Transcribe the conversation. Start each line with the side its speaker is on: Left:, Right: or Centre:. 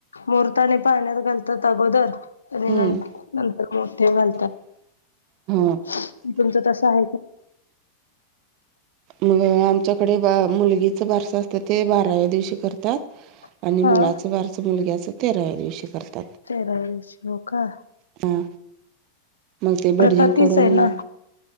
Left: मुहूर्ताने पाण्यात घालतात अगोदर आणि
Right: हम्म
Left: नंतर मोठे घालतात
Right: हा
Left: तुमचं तसं हाये का?
Right: मअ आमच्याकडे बा मुलगीच बारस असतं ते बाराव्या दिवशी करतात
Left: का
Right: आणि मुलाचं
Left: हा
Right: बारसं मुलग्याचं तेराव्या दिवशी करतात.
Left: अन श हो का?
Right: हां मग ते भटजींन
Left: प्रथा तीच
Right: कडून
Left: आहे ना
Right: अ